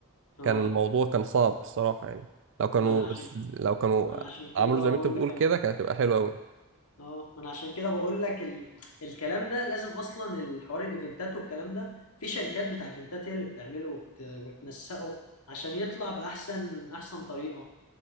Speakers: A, on the left (about 80°); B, on the right (about 55°).
A: اه
B: كان الموضوع كان صعب الصراحه يعني لو كانوا
A: ما انا عشان
B: لو كانوا
A: ما انا عشان كده
B: عملوا
A: بقى
B: زي ما
A: بقول
B: انت بتقول
A: لك يا
B: كده
A: معلم
B: كانت هتبقى حلوه قوي
A: اه ما انا عشان كده بقول لك ال... الكلام ده لازم اصلا الحوار الايفنتات والكلام ده في شركات بتاع ايفنتات هي اللي بتعمله وبت... وتنسقه عشان يطلع باحسن احسن طريقه